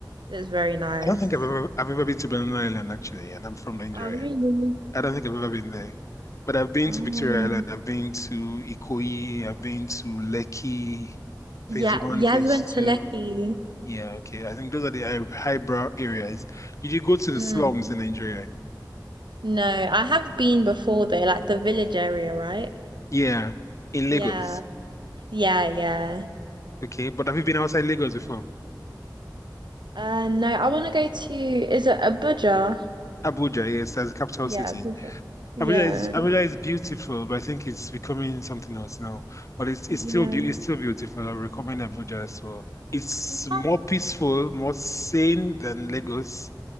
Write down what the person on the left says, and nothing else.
I don't think I've ever I've ever been to Banana Island actually, and I'm from Nigeria.
I don't think I've ever been there. But I've been
to Victoria Island, I've been to Ikoyi, I've been to Lekki, phase
one,
phase
two.
Yeah, okay. I think those are the high highbrow areas. Did you go to
the slums in Nigeria?
Yeah, in
Lagos.
Okay, but have you been outside Lagos before?
Abuja, yes, that's the capital
city.
Abuja is Abuja is beautiful, but I think it's becoming something else now. But it's
it's still be it's still beautiful. I recommend Abuja as well. It's
more peaceful, more sane than Lagos.